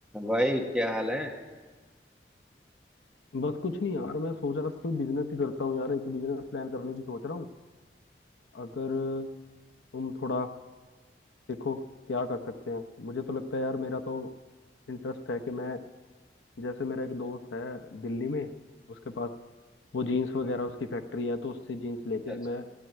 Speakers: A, in the centre; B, on the left.
A: भाई क्या हाल है
B: बस कुछ नहीं यार मैं सोच रहा था कोई बिजनेस ही करता हूँ यार एक बिजनेस प्लान करने की सोच रहा हूँ अगर तुम थोड़ा देखो क्या कर सकते हैं मुझे तो लगता है यार मेरा तो इंटरेस्ट है कि मैं जैसे मेरा एक दोस्त है दिल्ली में उसके पास वो जीन्स वगैरह उसकी फैक्ट्री है तो उससे जीन्स लेके
A: अच्छा
B: मैं